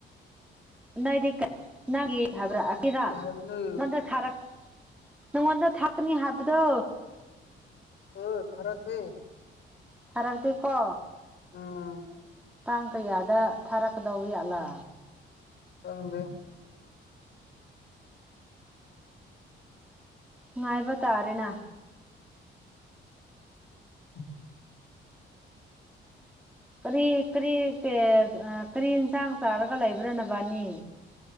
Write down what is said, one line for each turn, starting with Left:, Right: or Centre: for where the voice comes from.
Centre: ꯅꯦꯏꯗꯤ ꯅꯪꯒꯤ ꯍꯥꯏꯕꯔꯛꯑꯀꯦꯔ
Left: ꯀꯔꯤ
Centre: <unintelligible>
Left: ꯍꯥꯏꯕꯅꯣ
Centre: ꯅꯣꯟꯗ ꯊꯥꯔꯛ ꯅꯪꯉꯣꯟꯗ ꯊꯥꯀꯅꯤ ꯍꯥꯕꯗꯣ꯫
Left: ꯍ <unintelligible> ꯊꯔꯒꯅꯦ <unintelligible>
Centre: ꯐꯔꯛꯇꯤ ꯀꯣ꯫
Left: ꯑ
Centre: ꯇꯥꯡ ꯀꯌꯥꯗ ꯊꯥꯔꯛꯀꯗꯧꯕ ꯖꯥꯠꯂꯥ
Left: ꯈꯪꯗꯦ
Centre: ꯉꯥꯏꯕ
Left: ꯍꯥꯏꯕ
Centre: ꯇꯥꯔꯦꯅ꯫
Left: ꯇꯥꯔꯦ <unintelligible>
Centre: ꯀꯔꯤ ꯀꯔꯤ ꯀꯦꯁ ꯑ ꯀꯔꯤ ꯏꯟꯁꯥꯡ ꯆꯥꯔꯒ ꯂꯩꯕ꯭ꯔꯥ ꯅꯕꯥꯅꯤ꯫